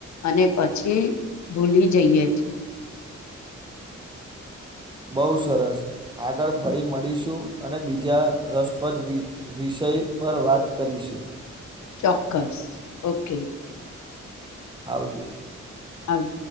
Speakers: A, on the left (about 70°); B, on the right (about 15°).
A: અને પછી ભૂલી જઈએ છીએ.
B: બઉુ સરસ, આગળ ફરી મળીશું અને બીજા રસપ્રદ વિષય પર વાત કરીશું.
A: ચોક્કસ ઓકે.
B: આવજો.
A: હજ <unintelligible>